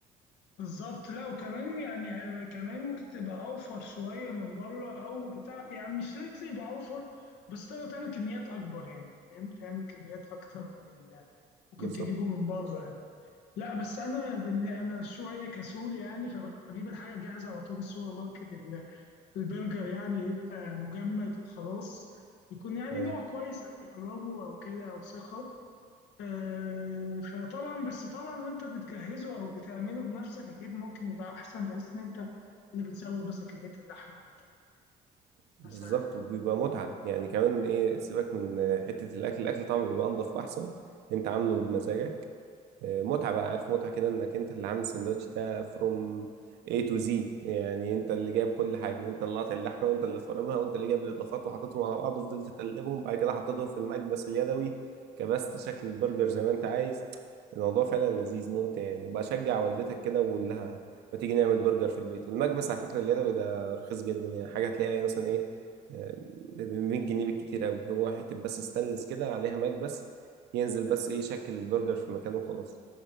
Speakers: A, on the left; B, on the right.
A: بالظبط لا وكمان يعني هيبقى- كمان ممكن تبقى اوفر شويه من بره او بتاع يعني مش لازم يبقى اوفر بس تقدر تعمل كميات اكبر يعني فاهم تعمل كميات اكتر من اللي ممكن
B: بالظبط
A: تجيبه من بره يعني. لا بس انا بن- انا شويه كسول يعني فبجيب الحاجه جاهزه على طول من السوبر ماركت ال- البرجر يعني يبقى مجمد وخلاص يكون يعني
B: ايوه
A: نوع كويس يعني اجربه او كده او ثقه آه، فطبعا بس طبعا وانت بتجهزه او بتعمله بنفسك اكيد ممكن يبقى احسن بحيث ان انت اللي بتزود مثلا كميه اللحمه بتاعت
B: بالظبط
A: مثلا
B: وبيبقى متعة يعني كمان ايه سيبك من آه، حتة الأكل الأكل طبعا بيبقى أنضف وأحسن أنت عامله بمزاجك آه، متعة بقى عارف متعة كده انك انت اللي عامل السندوتش ده فروم A to Z يعني انت اللي جايب كل حاجة انت اللي قاطع اللحمة وانت اللي فرمها وانت اللي جايب الاضافات وحطيتهم على بعض وفضلت تقلبهم بعد كده حطيتهم في المكبس اليدوي كبست شكل البرجر زي ما انت عايز الموضوع فعلا لذيذ ممتع يعني وبشجع والدتك كده واقول لها ما تيجي نعمل برجر في البيت والمكبس على فكرة اليدوي ده رخيص جدا يعني حاجة تلاقيها مثلا ايه آه، ب 100 جنيه بالكتير قوي هو حتة بس ستانلس كده عليها مكبس ينزل بس ايه شكل البرجر في مكانه وخلاص